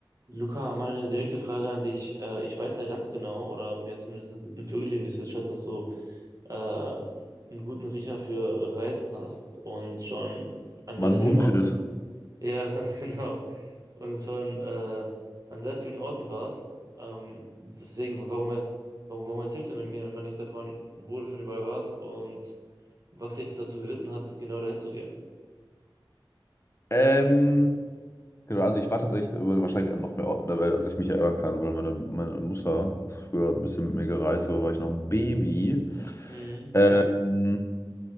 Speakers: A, on the right; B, on the left.
A: Luca, mal eine direkte Frage an dich. Äh, ich weiß ja ganz genau, oder mir hat zumindest ein Vögelchen gezwitschert, dass du äh, einen guten Riecher für Reisen hast und schon an
B: Man
A: sehr, sehr
B: munkelt.
A: vielen Orten, ja, ganz <laughs> genau, und schon äh, an sehr vielen Orten warst. Ähm, deswegen, warum, warum, warum erzählst du mit mir immer nicht davon, wo du schon überall warst und was dich dazu geritten hat, genau dahin zu gehen?
B: Ähm, genau, also ich war tatsächlich über- wahrscheinlich an noch mehr Orten der Welt, als ich mich erinnern kann, weil meine, meine Mutter ist früher ein bisschen mit mir gereist, aber war ich noch ein Baby.
A: Mhm.
B: Ähm,